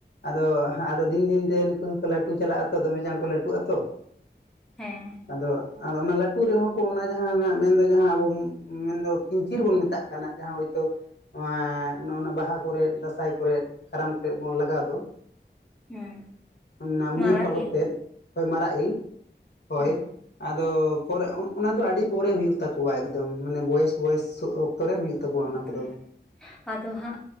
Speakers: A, on the left; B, in the centre.
A: ᱟᱫᱚ, ᱟᱫᱚ ᱫᱤᱱ ᱫᱤᱱ ᱛᱮ ᱱᱩᱠᱩ ᱫᱚᱠᱚ ᱞᱟᱹᱴᱩ ᱪᱟᱞᱟᱜ ᱟᱛᱚ ᱫᱚᱢᱮ ᱪᱟᱬ ᱠᱚ ᱞᱟᱹᱴᱩᱜ ᱟᱛᱚ,
B: ᱦᱮᱸ
A: ᱟᱫᱚ ᱚᱱᱟ ᱞᱟᱹᱴᱩ ᱨᱮᱦᱚᱸ ᱠᱚ ᱚᱱᱟ ᱡᱟᱦᱟᱸ ᱚᱱᱟ ᱢᱮᱱᱫᱚ ᱡᱟᱦᱟᱸ ᱟᱵᱚ ᱢᱮᱱᱫᱚ ᱯᱤᱧᱪᱤᱨ ᱵᱚᱱ ᱢᱮᱛᱟᱜ ᱠᱟᱱᱟ ᱡᱟᱦᱟᱸ ᱦᱳᱭᱛᱳ ᱱᱚᱣᱟ ᱱᱚᱜᱼᱚ ᱱᱟ ᱵᱟᱦᱟ ᱠᱚᱨᱮ, ᱫᱟᱸᱥᱟᱭ ᱠᱚᱨᱮ, ᱠᱟᱨᱟᱢ ᱠᱚᱨᱮ ᱵᱚᱱ ᱞᱟᱜᱟᱣ ᱫᱚ ᱾
B: ᱦᱮᱸ
A: ᱚᱱᱟ ᱢᱚᱭᱩᱨ
B: ᱢᱟᱨᱟᱜ
A: ᱯᱟᱞᱚᱠ
B: ᱤᱞ
A: ᱛᱮᱫ, ᱦᱳᱭ ᱢᱟᱨᱟᱜ ᱤᱞ ᱦᱳᱭ
B: ᱦᱮᱸ
A: ᱾ ᱟᱫᱚ ᱯᱚᱨᱮ ᱚᱱᱟ ᱫᱚ ᱟᱹᱰᱤ ᱯᱚᱨᱮ ᱦᱩᱭᱩᱜ ᱛᱟᱠᱚᱣᱟ ᱮᱠᱫᱚᱢ ᱢᱟᱱᱮ ᱵᱚᱭᱮᱥ ᱵᱚᱭᱮᱥ ᱚᱠᱛᱚ ᱨᱮ ᱦᱩᱭᱩᱜ ᱛᱟᱠᱚᱣᱟ ᱚᱱᱟ
B: ᱚᱠᱛᱚ
A: ᱠᱚᱫᱚ
B: ᱫᱚ
A: ᱾
B: ᱟᱫᱚ ᱦᱟᱸᱜ